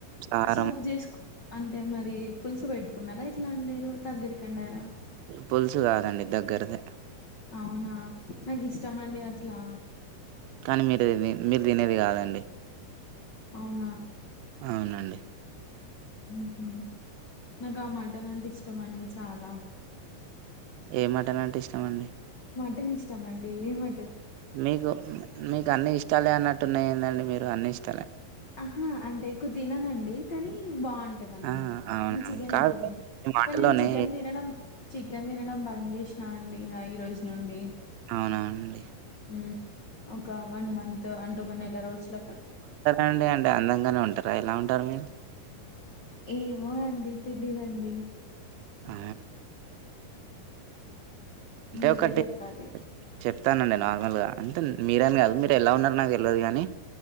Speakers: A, on the right; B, on the left.
A: కారం
B: సూప్ చేసుకు అంటే మరి పులుసు పెట్టుకున్నారా ఎట్లా వండిరు దగ్గరికి వండరా,
A: పులుసు కాదండి దగ్గరదే
B: అవునా నాకు ఇష్టం అండి అట్లా
A: కానీ మీరు ఇది తినేది కాదండి,
B: అవునా
A: అవునండి
B: ఉహు నాకు ఆ మటన్ అంటే ఇష్టం అండి చాలా,
A: ఏ మటన్ అంటే ఇష్టమండి
B: అ ఇష్టం అండి ఏ మ
A: మీకు మీకు అన్ని ఇష్టాలే అన్నట్టున్నాయిందండి మీరు అన్ని ఇష్
B: ఆహా అంటే ఎక్కువ తిననండి కానీ బావుంటదండి
A: ఆ! అవునా?
B: నేన్ చికెనే
A: కాదు
B: ఎక్కువ తింటా
A: మీ మాటలోనే
B: కాని నేను చికెన్ తినడం చికెన్ తినడం బంద్ చేసినా అండి ఇక ఈ రోజు నుండి
A: అవునా అండి
B: హ్మ్ ఒక వన్ మంత్ అంటూ ఒక నెల రోజుల పాటు
A: అండి అండి అందంగానే ఉంటారా ఎలా ఉంటారు మీరు,
B: ఏమో అండి తెలీదండి
A: ఆ
B: మీరే
A: ఒకటి
B: చెప్పాలి
A: చెప్తానండి నార్మల్గా అంతే మీరని కాదు మీరు ఎలా ఉన్నారు నాకు తెల్వదు కానీ